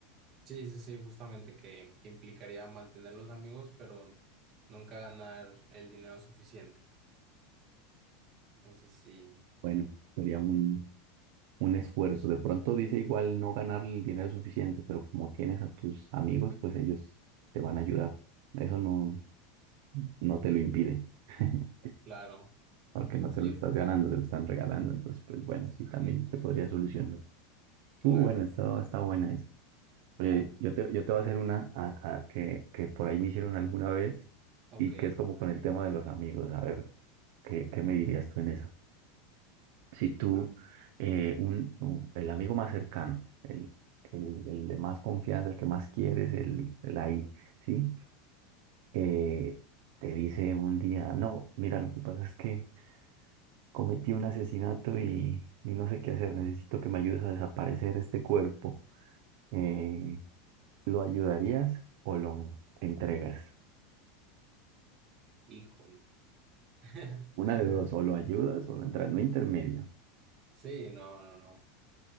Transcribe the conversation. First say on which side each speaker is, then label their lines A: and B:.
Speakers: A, on the right (about 25°); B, on the right (about 55°).
A: Sí, sí, sí, justamente que implicaría mantener los amigos, pero nunca ganar el dinero suficiente. Entonces, sí,
B: Bueno, sería un, un esfuerzo. De pronto dice igual no ganar el dinero suficiente, pero como tienes a tus amigos, pues ellos te van a ayudar. Eso no, no te lo impide, <laughs>
A: claro.
B: porque no
A: Sí,
B: te lo estás ganando, te lo están regalando. Entonces, pues bueno,
A: sí,
B: sí, también
A: pues
B: se podría solucionar. Estuvo
A: claro.
B: bueno, está, está buena esa. Oye, yo te, yo te voy a hacer una a- a- que, que por ahí me hicieron alguna vez
A: Ok,
B: y que es como con el tema de los amigos. A ver, ¿qué, qué me dirías tú en eso? Si tú, eh, un, un- el amigo más cercano, el, el, el de más confianza, el que más quieres, el, el ahí, ¿sí? Eh, te dice un día, no, mira, lo que pasa es que cometí un asesinato y, y no sé qué hacer, necesito que me ayudes a desaparecer este cuerpo. Eh, ¿Lo ayudarías o lo entregas?
A: híjole. <laughs>
B: Una de dos, o lo ayudas o lo entregas, no intermedio,
A: Sí, no, no, no.